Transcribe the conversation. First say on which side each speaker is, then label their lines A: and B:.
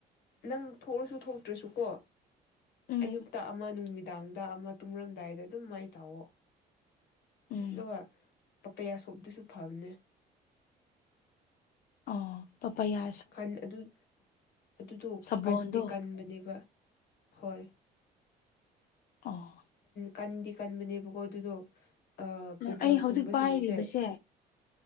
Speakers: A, on the left; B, on the left.
A: ꯅꯪ ꯊꯣꯛꯑꯁꯨ ꯊꯣꯛꯇ꯭ꯔꯁꯨꯀꯣ
B: ꯎꯝ
A: ꯑꯌꯨꯛꯇ ꯑꯃ ꯅꯨꯃꯤꯠ ꯅꯨꯡꯗꯥꯡꯗ ꯑꯃ ꯇꯨꯝꯔꯝꯗꯥꯏꯗ ꯑꯗꯨꯝ ꯃꯥꯏ ꯇꯥꯛꯑꯣꯣ
B: ꯎꯝ
A: ꯑꯗꯨꯒ ꯄꯄꯌꯥꯁꯣꯞꯗꯨꯁꯨ ꯐꯕꯅꯦ
B: ꯑꯣ ꯄꯄ ꯌꯥ
A: ꯀꯟ ꯑꯗꯨ ꯑꯗꯨꯗꯣ
B: ꯁꯥꯕꯣꯟꯗꯣ
A: ꯀꯟꯗꯦ ꯀꯟꯕꯅꯦꯕ ꯍꯣꯏ
B: ꯑꯥꯎ
A: ꯀꯟꯗꯤ ꯀꯟꯕꯅꯦꯕꯀꯣ ꯑꯗꯨꯗꯣ ꯄꯤꯝꯄꯜꯁꯀꯨꯝꯕꯁꯤꯡꯁꯦ
B: ꯑꯩ ꯍꯧꯖꯤꯛ ꯄꯥꯏꯔꯤꯕꯁꯦ